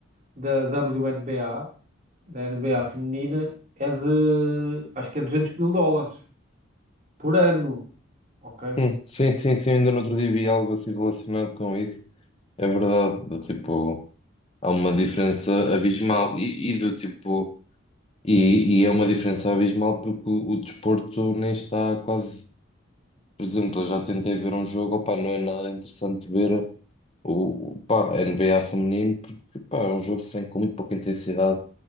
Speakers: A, on the right (about 40°); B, on the left (about 30°).
A: da WNBA, da NBA feminina, é de, acho que é 200 mil dólares por ano, ok?
B: Hum, Sim, sim, sim, ainda no outro dia vi algo assim relacionado com isso. É verdade, do tipo, há uma diferença abismal e, e do tipo, e, e é uma diferença abismal porque o, o desporto nem está quase, por exemplo, eu já tentei ver um jogo, opá, não é nada interessante ver o, o- pá, N B a NBA feminino porque, pá, é um jogo sem, com muito pouca intensidade.